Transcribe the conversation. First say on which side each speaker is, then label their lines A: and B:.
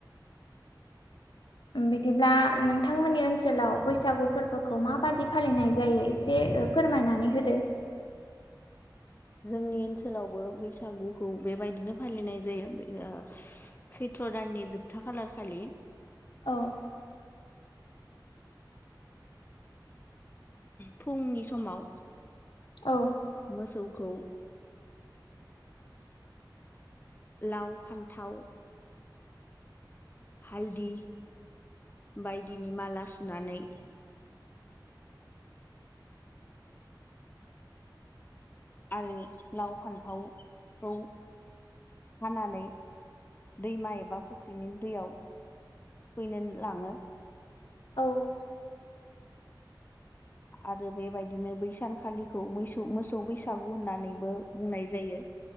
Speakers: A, on the left; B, on the left.
A: बिदिब्ला नोंथांमोननि ओनसोलाव बैसागु फोरबोखौ माबादि फालिनाय जायो एसे फोरमायनानै होदो।
B: जोंनि ओनसोलावबो बैसागुखौ बेबायदिनो फालिनाय जायो ओ सैत्र थ्रदाननि जोबथा खालार खालि।
A: औ
B: फुंनि समाव
A: औ
B: मोसौ खौ लाव फान्थाव हालदि बायदिनि माला सुनानै आरो लाव फान्थावखौ हानानै दैमा एबा फुख्रिनि दैयाव फैनो लाङो।
A: औ
B: आरो बेबायदिनो बैसानखालिखौ ममोसौ बैसागु होननानैबो बुंनाय जायो।